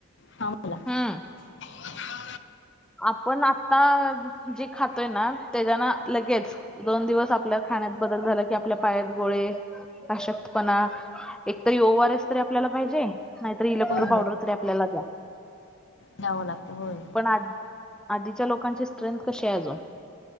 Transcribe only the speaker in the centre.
हम्म
आपण आत्ता जे खातोय ना त्याजान लगेच दोन दिवस आपल्या खाण्यात बदल झाला की आपल्या पायात गोळे अशक्तपणा एकतरी ओ आर एस तरी आपल्याला पाहिजे. नाही तरी इलेक्ट्रो
पावडर तरी आपल्याला द्या.
<unintelligible> आधीच्या लोकांची स्ट्रेंथ कशी आहे अजून